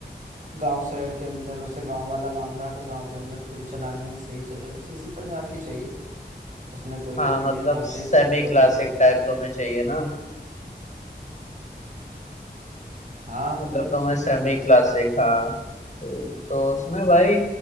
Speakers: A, on the right (about 45°); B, on the left (about 40°).
A: गांव शहर के अंदर वैसे गांव वाला मामला है तो गांव के अंदर थोड़ी चलाने में सही चले बस इसी प्रकार की चाहिए उसमें कोई
B: हाँ
A: ओपिनियन
B: मतलब
A: आप
B: सेमी
A: दे सकते हो
B: क्लासिक
A: तो दे दो
B: टाइप तुम्हें चाहिए ना
A: हाँ मतलब
B: मतलब तुम्हें
A: उसी
B: सेमी
A: प्रकार
B: क्लासिक हाँ ठीक। तो उसमें भाई